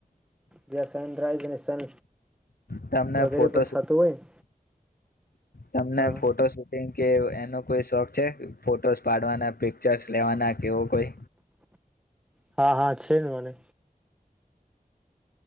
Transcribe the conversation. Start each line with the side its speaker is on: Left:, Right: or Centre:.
Centre: જ્યાં સનરાઈઝ અને સન
Left: તમને
Centre: વગેરે
Left: ફોટો
Centre: પણ થતું હોયને
Left: તમને
Centre: હા
Left: ફોટો શૂટિંગ કે એનો કોઈ શોખ છે ફોટોસ પાડવાના પિક્ચર્સ લેવાના કેવો કોઈ
Centre: હા હા છે ને મને